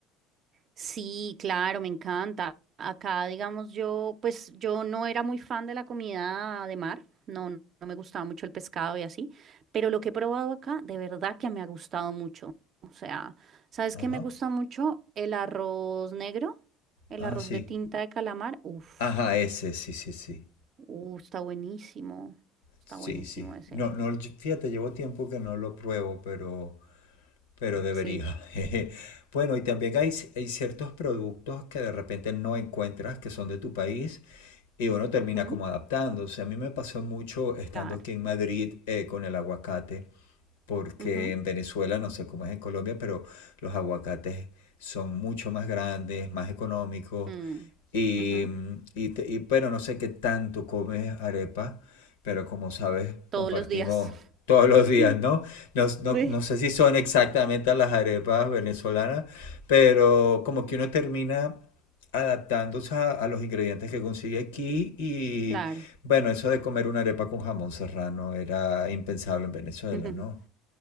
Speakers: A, on the right; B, on the left.
A: Sí, claro, me encanta. Acá, digamos, yo, pues yo no era muy fan de la comida de mar, no, no no me gustaba mucho el pescado y así, pero lo que he probado acá, de verdad que me ha gustado mucho. O sea, ¿sabes
B: Ajá.
A: qué me gusta mucho? El arroz negro, el
B: Ah,
A: arroz
B: sí.
A: de tinta de calamar. Uf,
B: Ajá, ese, sí, sí, sí.
A: uh, está buenísimo, está
B: Sí,
A: buenísimo
B: sí.
A: ese.
B: No, no, yo- fíjate, llevo tiempo que no lo pruebo, pero, pero debería.
A: Sí,
B: <laughs> jeje. Bueno, y también hay, hay ciertos productos que de repente no encuentras que son de tu país Y bueno, termina
A: ujú,
B: como adaptándose. A mí me pasó mucho estando
A: claro,
B: aquí en Madrid eh, con el aguacate porque
A: ujú,
B: en Venezuela, no sé cómo es en Colombia, pero los aguacates son mucho más grandes, más económicos.
A: mm,
B: Y,
A: ujú,
B: mm, y, te- y, pero no sé qué tanto comes arepa, pero como sabes,
A: Todos
B: compartimos
A: los días.
B: todos los días,
A: <laughs>
B: ¿no? No,
A: Sí,
B: no, no sé si son exactamente las arepas venezolanas, pero como que uno termina adaptándose a, a los ingredientes que consigue aquí y
A: claro.
B: bueno, eso de comer una arepa con jamón serrano era impensable en Venezuela,
A: <laughs>
B: ¿no?